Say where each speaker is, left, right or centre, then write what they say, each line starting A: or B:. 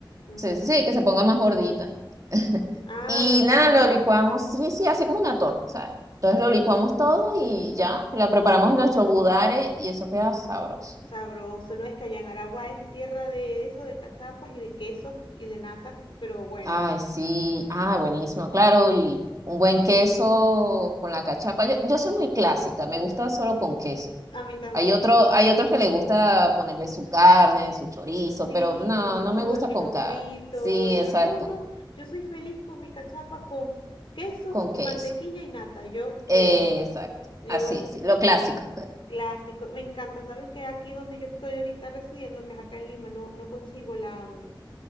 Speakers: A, on the left (about 85°); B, on the right (about 40°).
A: ujú.
B: se, sí, que se ponga más gordita. <laughs>
A: Ah,
B: Y
A: buenísimo.
B: nada, lo licuamos, sí, sí, así como una torta, ¿sabes? Entonces lo licuamos todo y ya, la preparamos en nuestro budare y eso queda sabroso.
A: Sabroso, no es que allá en Aragua es tierra de eso, de cachapas y de quesos y de natas, pero bueno,
B: Ay, sí, ah, buenísimo, claro, y un buen queso con la cachapa. Yo, yo soy muy clásica, me gusta solo con queso.
A: a mí también.
B: Hay otro, hay otros
A: Ujú.
B: que le gusta ponerle su carne, su chorizo,
A: Sí,
B: pero no, no
A: su
B: me gusta
A: cochino
B: con carne.
A: frito,
B: Sí,
A: yo
B: exacto,
A: no, no, yo soy feliz con mi cachapa con queso
B: con
A: y
B: queso.
A: mantequilla y nata, yo
B: Eh,
A: feliz.
B: exacto,
A: Yo
B: así, sí, lo clásico.
A: clásico, me encanta, sabes que aquí donde yo estoy ahorita residiendo, que es acá en Lima, no, no consigo la mm,